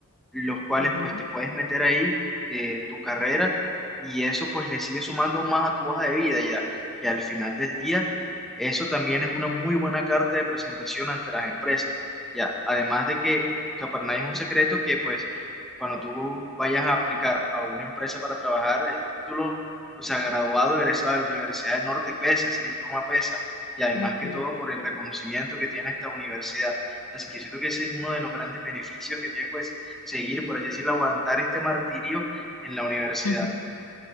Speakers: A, in the centre; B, on the left (about 70°).
A: los cuales
B: ujú,
A: pues te puedes meter ahí de tu carrera y eso pues le sigue sumando más a tu hoja de vida ya. Y al final del día, eso también es una muy buena carta de presentación ante las empresas. Ya, además de que, o sea, para nadie es un secreto que pues cuando tú vayas a aplicar a una empresa para trabajar, el título, o sea, graduado, egresado de la Universidad del Norte pesa, ese diploma pesa. Y además
B: ujú,
A: que todo por el reconocimiento que tiene esta universidad. Así que yo creo que ese es uno de los grandes beneficios que tiene pues seguir, por así decirlo, aguantar este martirio en la universidad.
B: ujú.